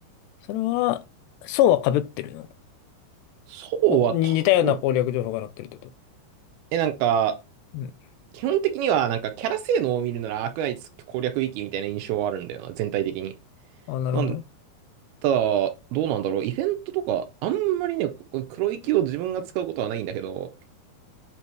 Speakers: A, on the left; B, on the right.
A: それは、層は被ってるの
B: そうは多分、
A: お、に似たような攻略情報が載ってるってこと
B: え、なんか、
A: うん。
B: 基本的には、なんかキャラ性能を見るならアークナイツ攻略域みたいな印象はあるんだよな、全体的に。
A: あ、なるほど。
B: なん、ただ、どうなんだろう、イベントとか、あんまりね、ここ黒域を自分が使うことはないんだけど、